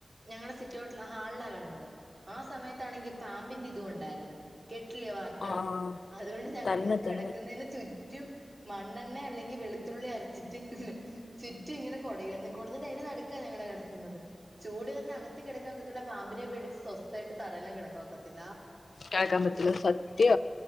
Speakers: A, on the right; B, on the left.
A: ഞങ്ങടെ സിറ്റൗട്ടല് ഹാളിലാ കിടന്നത് ആ സമയത്താണെങ്കി പാമ്പിന്റെ ഇതുണ്ടായിരുന്നു കേട്ടില്ലേ വാർത്തകള്
B: ആഹ്
A: അതുകൊണ്ട് ഞങ്ങള്ൾ
B: തന്നെ
A: കിടക്കുന്നതിന്
B: തന്നെ
A: ചു - റ്റും മണ്ണെണ്ണ അല്ലെങ്കി വെളുത്തുള്ളി അരച്ചിട്ട് ചുറ്റും ഇങ്ങനെ കൊടയോന്നെ കോട്ന്ന് തേനു നടുക്ക ഞങ്ങള് കെടക്കുന്നത് ചൂട് തന്നെഅ ത്തിൻ കിടക്കാത്തത് ത് ല പാമ്പിനെപേടിച്ച് സ്വസ്ഥായിട്ട് തറേലാ കെട ഓക്കത്തിെൽ
B: കേൾക്കാൻ പറ്റുന്ന സത്യ